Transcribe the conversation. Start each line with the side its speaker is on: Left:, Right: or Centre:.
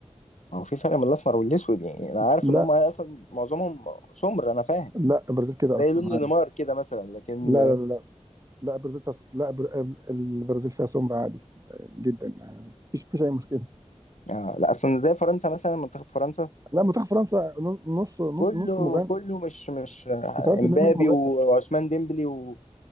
Left: هو في فرق بين الاسمر والاسود يعني انا عارف
Right: لا
Left: ان هم اصلا معظمهم سمر انا فاهم
Right: لا البرازيل كده
Left: زي
Right: أصلا
Left: لون
Right: عادي
Left: نيمار كده مثلا لكن
Right: لا لا لا لا لا، البرازيل فيها لا بر... البرازيل فيها سمر عادي آه، جدا يعني مفيش مفيش أي مشكلة
Left: آه لا اصلا زي فرنسا مثلا منتخب فرنسا
Right: لا منتخب فرنسا نص نص
Left: كله
Right: نص مجنن
Left: كله مش مش آه،
Right: 90%
Left: امبابي
Right: من مجنن
Left: وعثمان ديمبلي و...